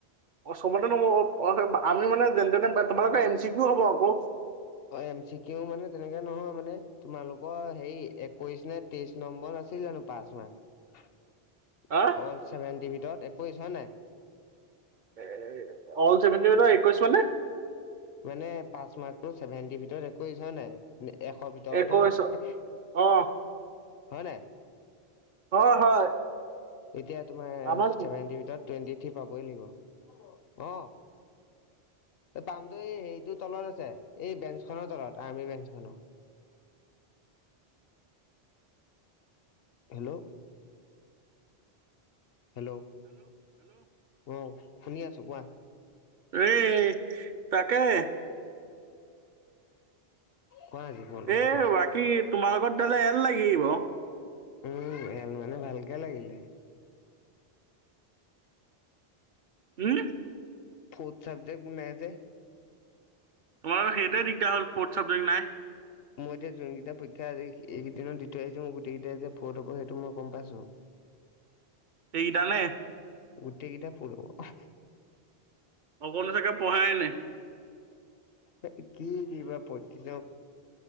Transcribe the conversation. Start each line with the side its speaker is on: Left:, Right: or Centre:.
Right: অ চবতে নম্ব অ আমি মানে যেন তেনে তোমালোকৰ এম চি কিউ হ'ব আকৌ
Left: অ এম চি কিও মানে তেনেকে নহয় মানে তোমালোকৰ সেই একৈশ নে তেইশ নম্বৰ নাছিল জানো পাচ মাৰ্ক
Right: হা
Left: অল চেভেন্টি ভিতৰত একৈশ হয় নাই
Right: এ অল চেভেণ্টি ভিতৰত একৈশ মানে
Left: মানে পাচ মাৰ্কটো চেভেণ্টি ভিতৰত একৈশ হয় নাই এশ ভিতৰতহে
Right: একৈশ
Left: মানে
Right: অ
Left: হয় নাই
Right: অ হয়
Left: এতিয়া তোমাৰ
Right: আমাৰ
Left: চেভেন্টিৰ ভিতৰত টুৱেণ্টি থ্ৰী পাবই লাগিব অ পামতো এই হেইটো তলত আছে এই বেঞ্চখনৰ তলত আৰ্মি বেঞ্চ খনৰ হেল্ল' হেল্ল' অহ শুনি আছো কোৱা
Right: ঐ তাকে
Left: কোৱা জীৱনৰ
Right: এ
Left: কথা
Right: বাকী তোমাৰ লগত তেতিয়া হ'লে এল লাগিব
Left: উম এল মানে ভালকে লাগিলে
Right: হুম
Left: ফৰ্ট চাবজেক্ট নাই যে
Right: তোমাৰ সেইটোৱে দিগদাৰ হল ফৰ্ট চাবজেক্ট নাই
Left: মই এতিয়া যোনকেইটা পৰীক্ষা এইকেইদিনত দি থৈ আহিছো মোৰ গোটেই কেইটাই যে ফ'ৰ্ট হব সেইটো মই গম পাইছো উ
Right: এইকেইটা নে
Left: গোটেই কেইটা ফুৰ আ হ
Right: অকন চাগে পঢ়াই আনে
Left: এ কি দিবা পিছ